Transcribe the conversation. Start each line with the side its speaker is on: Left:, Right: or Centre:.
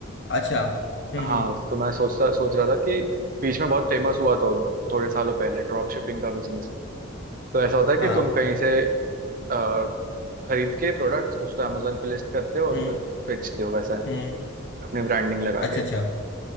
Left: अच्छा हम्म
Right: हाँ
Left: हम्म
Right: तो मैं सोचता सोच रहा था कि बीच में बहुत फेमस हुआ था थोड़े सालों पहले ड्रॉप शिपिंग का बिजनेस तो ऐसा होता है कि
Left: हाँ
Right: तुम कहीं से अ, खरीद के प्रोडक्ट्स उसको Amazon पे लिस्ट करते हो और
Left: हम्म
Right: फिर बेचते हो वैसा है
Left: हम्म
Right: अपनी ब्रांडिंग लगा
Left: अच्छा
Right: के
Left: अच्छा